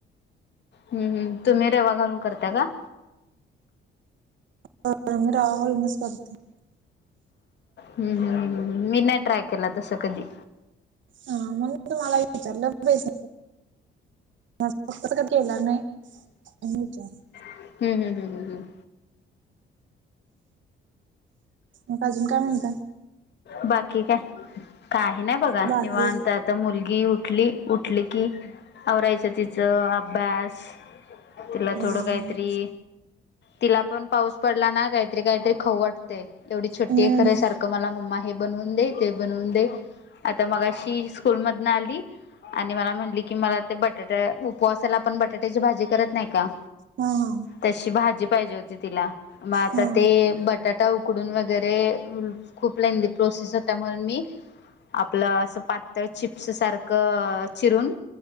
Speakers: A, on the left; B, on the right.
A: हम् हम् तुम्ही रवा घालून करताय का?
B: हो आम्ही रवा घालूनच करतोय
A: हम्म हम्म मी नाही ट्राय केला तसं कधी
B: हा म्हणून मी तुम्हाला विचारलं बेसन <unintelligible> केला नाही म्हणून विचारलं
A: हम्म हम्म हम्म हम्म हम्म
B: मग अजून काय म्हणता?
A: बाकी काय काही नाही बघा
B: बाकी
A: निवांत आहे आता मुलगी उठली उठली की आवरायचं तिचं अभ्यास तिला
B: हम्म
A: थोडं काहीतरी तिला पण पाऊस पडला ना काहीतरी काहीतरी खाऊ वाटतंय एवढी छोटी
B: हम्म
A: आहे खर सारख क मला मम्मा हे बनवून दे ते बनवून दे आता मगाशी स्कूल मधनं आली आणि मला म्हणली की मला ते बटाट्या उपवासाला आपण बटाट्याची भाजी करत नाही का
B: हा हा
A: तशी भाजी पाहिजे होती तिला मग आता
B: हा
A: ते बट बटाटा उकडून वगैरे खूप लेंदी प्रोसेस होते म्हणून मी आपलं असं पातळ चिप्स सारखं चिरून